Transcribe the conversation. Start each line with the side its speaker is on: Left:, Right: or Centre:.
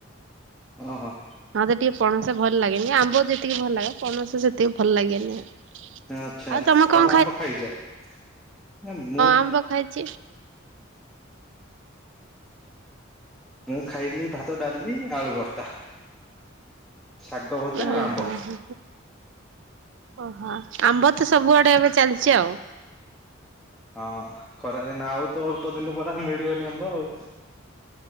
Centre: ଅ ହ।
Right: ମତେ ଟିକେ ପଣସ ଭଲ ଲାଗେନି ଆମ୍ବ ଯେତିକି ଭଲ ଲାଗେ ପଣସ ସେତିକି ଭଲ ଲାଗେନି ଆଉ।
Centre: ଆଚ୍ଛା
Right: ଆଉ ତମେ କଣ
Centre: ତାହେଲେ ଆମ୍ବ ଖାଇଛ? <unintelligible> ହଁ।
Right: ଆମ୍ବ ଖାଇଛି
Centre: ମୁଁ ଖାଇଲି ଭାତ ଡାଲି ଆଳୁ ଭର୍ତ୍ତା ସା ଗଭଜା
Right: ହଁ
Centre: ଆଉ ଆମ୍ବ।
Right: ହଁ ହଁ ଓହୋ ଆମ୍ବ ତ ସବୁଆଡ଼େ ଏବେ ଚାଲିଛି ଆଉ।
Centre: ହଁ ଖରାଦିନ ଆଉ ତ ଅଳ୍ପ ଦିନ ପରେ ମିଳିବନି ଆମ୍ବ ଆଉ।